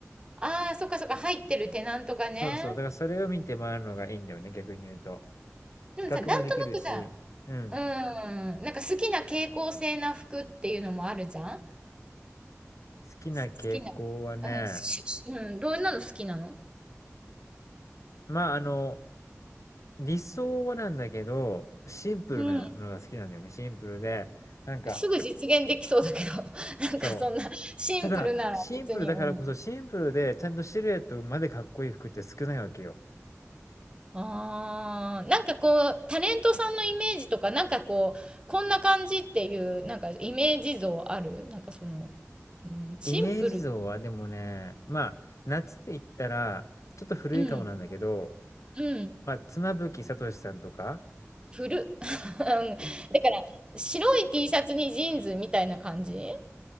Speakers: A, on the right; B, on the left.
A: あー、そっかそっか、入ってるテナントがね。
B: そうそう。だからそれを見て回るのがいいんだよね、逆に言うと。
A: でもさ、
B: 比較もできるし、
A: なんとなくさ、
B: うん。
A: うん、なんか好きな傾向性な服っていうのもあるじゃん
B: 好きな傾向はね、
A: す好きな。うん、ししうん、どんなの好きなの
B: まあ、あの、理想はなんだけど、シンプルなのが好きなんだよね。
A: うん。
B: シンプルで、なんか、
A: すぐ実現できそうだけど、<laughs> なんかそんなシンプルなら別に、
B: そう。ただ、シンプルだからこそ、
A: うん。
B: シンプルでちゃんとシルエットまでかっこいい服って少ないわけよ。
A: ああ、なんかこう、タレントさんのイメージとか、なんかこう、こんな感じっていう、なんかイメージ像あるなんかその、うん、シンプル。
B: イメージ像はでもね、まあ、夏って言ったら、ちょっと古いかもなんだけど、
A: うん、うん、
B: まあ、妻夫木聡さんとか、
A: 古。<laughs> うん、<laughs> だから、白い T シャツにジーンズみたいな感じ